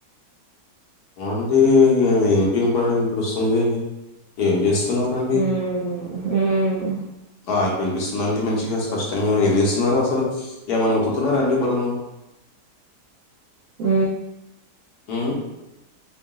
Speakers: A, on the left; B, on the right.
A: అంటే ఇగ ఎందుకు ఇనపడి ఇనిపిస్తుంది ఏం చేస్తు తినిమాకు రండి
B: ఉమ్ ఉమ్
A: ఆయ్ వినిపిస్తుందాండి మంచిగా స్పష్టంగా ఏం చేస్తున్నారు అసలు ఏమైనా ఉతుకుతున్నారా అండి బటను
B: ఊ
A: ఊ